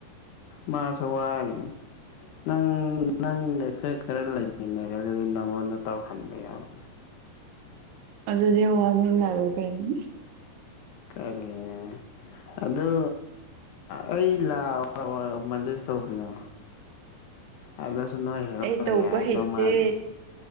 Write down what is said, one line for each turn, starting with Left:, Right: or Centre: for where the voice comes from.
Left: ꯃꯥꯁ ꯋꯥꯔꯅꯦ ꯅꯪ ꯅꯪ ꯑꯩꯈꯣꯏ ꯈꯔ ꯂꯩꯃꯤꯟꯅꯔꯦ ꯑꯗꯨꯗꯤ ꯅꯪꯉꯣꯟꯗ ꯇꯧꯍꯟꯕ ꯌꯥꯎꯕ
Right: ꯑꯗꯨ ꯑꯗꯨꯗꯤ ꯋꯥꯔꯃꯤꯡꯔ ꯀꯩꯅ
Left: ꯀꯔꯦꯅ ꯑꯗꯨ ꯑꯩ ꯃꯦꯅꯦꯖ ꯇꯧꯕꯤꯌꯣ ꯑꯗꯣꯁꯅꯣꯏ
Right: ꯑꯩ ꯇꯧꯕ
Left: ꯍꯦꯔꯅꯃꯥꯟ
Right: ꯍꯩꯇꯦ